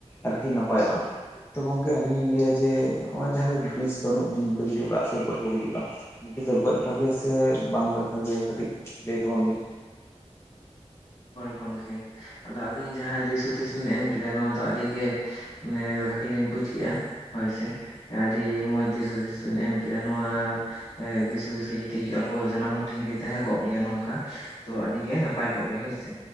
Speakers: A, on the left; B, on the left.
A: ᱟᱨᱠᱤ ᱱᱟᱯᱟᱭᱚᱜᱼᱟ᱾ ᱛᱚ ᱜᱚᱝᱠᱮ ᱟᱹᱞᱤᱧ ᱞᱤᱧ ᱞᱟᱹᱭᱟ ᱡᱮ ᱦᱚᱜ-ᱚᱭ ᱡᱟᱦᱟᱸᱭ ᱵᱤᱥ ᱵᱟᱹᱱᱩᱜ ᱵᱤᱧ ᱠᱚ ᱡᱩᱫᱤ ᱚᱲᱟᱜ ᱥᱳᱨ ᱠᱚᱨᱮ ᱠᱚ ᱦᱤᱡᱩᱜ-ᱟ, ᱩᱱᱩᱠᱩ ᱫᱚ ᱜᱚᱡ ᱵᱷᱟᱜᱮᱭᱟ ᱥᱮ ᱵᱟᱝ ᱜᱚᱡ ᱵᱷᱟᱜᱮᱭᱟ ᱠᱟᱹᱴᱤᱡ ᱞᱟᱹᱭ ᱛᱟᱵᱚᱱ ᱵᱤᱱ? <inaudible>
B: ᱜᱚᱝᱠᱮ, ᱟᱫᱚ ᱟᱹᱵᱤᱱ ᱡᱟᱦᱟᱸᱭ ᱫᱤᱥ ᱦᱩᱫ ᱦᱩᱫᱤᱥ ᱵᱤᱱ ᱮᱢ ᱠᱮᱫᱟ ᱱᱚᱭᱟ ᱫᱚ ᱟᱹᱰᱤ ᱜᱮ, ᱢᱟᱱᱮ ᱵᱷᱟᱜᱮ ᱞᱤᱧ ᱵᱩᱡ ᱠᱮᱫ-ᱟ ᱦᱳᱭ ᱥᱮ᱾ ᱟᱹᱰᱤ ᱢᱚᱸᱡᱽ ᱫᱤᱥ ᱦᱩᱫᱤᱥ ᱵᱤᱱ ᱮᱢ ᱠᱮᱫᱟ ᱱᱚᱣᱟ ᱮ ᱫᱤᱥ ᱦᱩᱫᱤᱥ ᱜᱮ ᱡᱩᱫᱤ ᱦᱤᱡᱩᱜ-ᱟ ᱟᱵᱚ ᱥᱟᱱᱟᱢ ᱦᱚᱲ ᱴᱷᱮᱱ ᱡᱩᱫᱤ ᱛᱟᱦᱮᱸ ᱠᱚᱜ ᱜᱮᱭᱟ ᱱᱚᱝᱠᱟ᱾ ᱛᱚ ᱟᱹᱰᱤᱜᱮ ᱱᱟᱯᱟᱭ ᱠᱚᱜ-ᱟ᱾ ᱠᱟᱜ ᱜᱮᱭᱟ ᱦᱳᱭᱥᱮ᱾